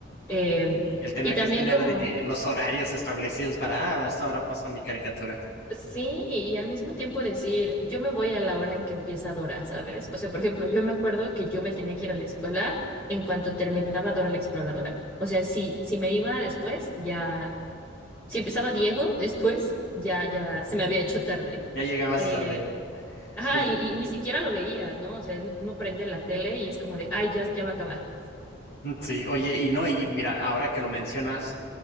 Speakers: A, on the left; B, on the left.
A: Em,
B: Y el tener
A: y también
B: que tener
A: como
B: de que los horarios establecidos para, ah, a esta hora pasa mi caricatura.
A: Sí, y al mismo tiempo decir, yo me voy a la hora en que empieza Dora, ¿sabes? O sea, por ejemplo, yo me acuerdo que yo me tenía que ir a la escuela en cuanto terminaba Dora la Exploradora. O sea, si, si me iba después, ya, si empezaba Diego después, ya, ya se me había hecho tarde.
B: Ya llegabas
A: Sí. Eh,
B: tarde.
A: ajá,
B: Oye,
A: y, y ni siquiera lo veía, ¿no? O sea, uno prende la tele y es como de, ay, ya, ya va a acabar.
B: mm, sí, oye, y no, y mira, ahora que lo mencionas,